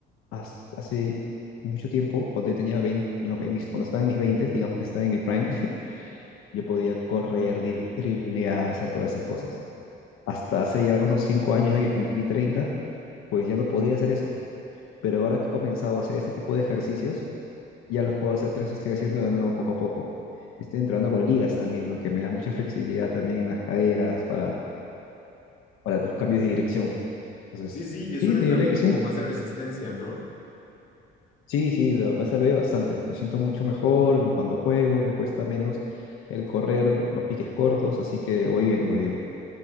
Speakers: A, on the left; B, on the left.
A: has- hace mucho tiempo, cuando yo tenía 20, los- en mis- cuando estaba en mis 20, digamos que estaba en mi prime, Yo podía correr, dri- driblear, hacer todas esas cosas. Hasta hace ya unos cinco años, ya que cumplí 30, pues ya no podía hacer eso. Pero ahora que he comenzado a hacer este tipo de ejercicios, ya los puedo hacer, los estoy haciendo de nuevo poco a poco. Estoy entrando con ligas también, lo que me da mucha flexibilidad también en las caderas para, para los cambios de dirección. Entonces,
B: Sí, sí, y es
A: sí,
B: un entrenamiento
A: te diré que sí.
B: como más de resistencia, ¿no?
A: Sí, sí, me, me ha servido bastante. Me siento mucho mejor me- cuando juego, me cuesta menos el correr los piques cortos, así que voy bien, voy bien.